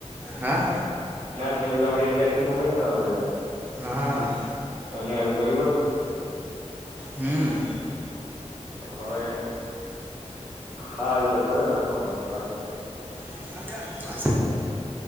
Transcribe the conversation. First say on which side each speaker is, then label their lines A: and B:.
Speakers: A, on the right; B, on the right.
A: હા
B: એ બધું આપે ઇન્ડિયાથીમ મોકે છે ને બધા
A: હા
B: એમને હેલ્પ કરી પડશે
A: હમ
B: હવે હાલ તો કરો તમે કોલ પાછો
A: હા